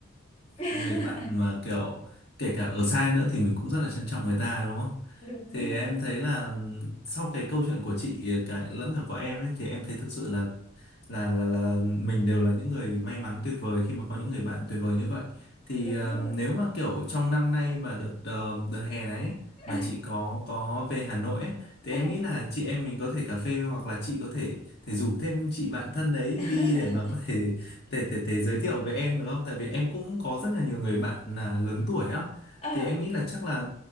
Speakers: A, on the left; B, on the left.
A: <laughs>
B: một người bạn mà kiểu kể cả ở sai nữa thì mình cũng rất là trân trọng người ta đúng không?
A: đúng
B: Thì
A: rồi
B: em thấy là sau cái câu chuyện của chị cả lẫn cả của em ấy thì em thấy thực sự là là là là mình đều là những người may mắn tuyệt vời khi mà có những người bạn tuyệt vời như vậy. Thì
A: đúng
B: ờ,
A: rồi
B: nếu mà kiểu trong năm nay mà đợt ờ, đợt hè này ấy, mà
A: à
B: chị có có về Hà Nội ấy thì
A: à
B: em nghĩ là chị em mình có thể cà phê hoặc là chị có thể thể rủ thêm chị bạn thân đấy
A: <laughs>
B: đi để mà có thể thể thể thể giới thiệu với em được không? Tại vì em cũng có rất là nhiều người bạn là lớn tuổi á.
A: Ờ,
B: Thì em nghĩ là chắc là